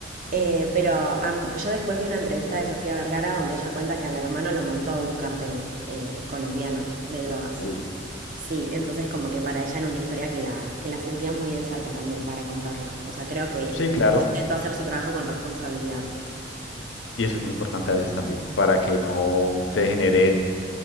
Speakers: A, on the right; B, on the left.
A: Eh, pero am- yo después vi una entrevista de Sofía Vergara donde ella cuenta que al hermano lo mató un cártel eh, colombiano de drogas.
B: uy,
A: Sí, entonces como que para ella era una historia que la, que la sentía muy de cerca también para contarla. O sea, creo que
B: sí, claro.
A: intentó hacer su trabajo con responsabilidad.
B: Y eso es muy importante a veces también, para que no se generen